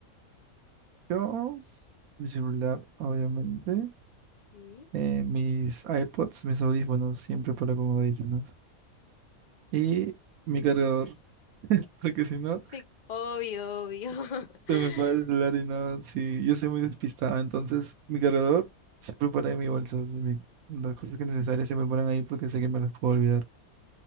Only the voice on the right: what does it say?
Yo, mi celular, obviamente,
eh, mis AirPods, mis audífonos, siempre paro con audífonos. Y mi cargador, <laughs> porque si no,
se me va el celular y no, sí, yo soy muy despistado, entonces mi cargador siempre para en mi bolso, así, mi- las cosas que necesarias siempre paran ahí porque sé que me las puedo olvidar.